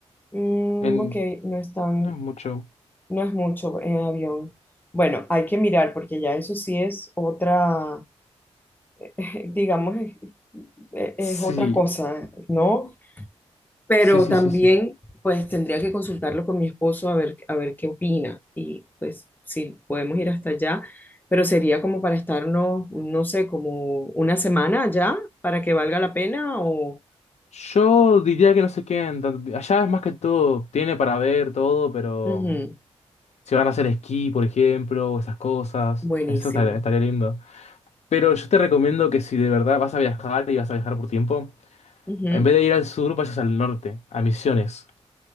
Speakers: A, on the left (about 15°); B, on the left (about 65°).
A: Mm,
B: en,
A: ok, no es tan,
B: no es mucho.
A: no es mucho en avión. Bueno, hay que mirar porque ya eso sí es otra, <laughs> digamos, es, es
B: Sí,
A: otra cosa, ¿no? pero
B: sí, sí,
A: también
B: sí, sí.
A: pues tendría que consultarlo con mi esposo a ver, a ver qué opina y pues si podemos ir hasta allá, pero sería como para estarnos, no sé, como una semana allá para que valga la pena o...
B: Yo diría que no se queden. tanto- Allá es más que todo, tiene para ver todo, pero
A: Ujú,
B: si van a hacer esquí, por ejemplo, o esas cosas,
A: Buenísimo.
B: eso estaría, estaría lindo. Pero yo te recomiendo que si de verdad vas a viajar y vas a viajar por tiempo,
A: Ujú.
B: en vez de ir al sur, vayas al norte, a Misiones.